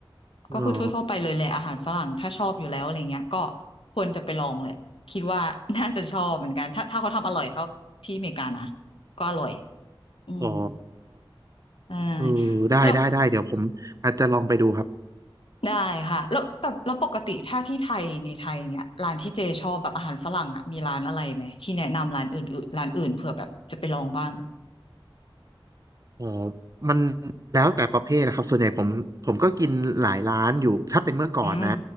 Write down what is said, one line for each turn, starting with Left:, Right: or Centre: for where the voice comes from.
Left: ก็คือทั่วๆไปเลยแหละอาหารฝรั่งถ้าชอบอยู่แล้วอะไรเงี้ยก็
Right: เหรอ
Left: ควรจะไปลองแหละคิดว่า <laughs> น่าจะชอบเหมือนกันถ้าถ้าเขาทำอร่อยเท่าที่อเมริกานะก็อร่อยอืม
Right: อ๋อ
Left: ได้
Right: เออได้ได้ได้เดี๋ยวผมอาจจะลองไปดูครับ
Left: แล้วได้ค่ะแล้วแต่แล้วปกติถ้าที่ไทยในไทยเนี้ยร้านที่เจชอบแบบอาหารฝรั่งอะมีร้านอะไรไหมที่แนะนำร้านอื่นๆร้านอื่นเผื่อแบบจะไปลองบ้าง
Right: อ๋อมันแล้วแต่ประเภทนะครับส่วนใหญ่ผมผมก็กินหลายร้านอยู่ถ้าเป็นเมื่อก่อนนะ
Left: อืม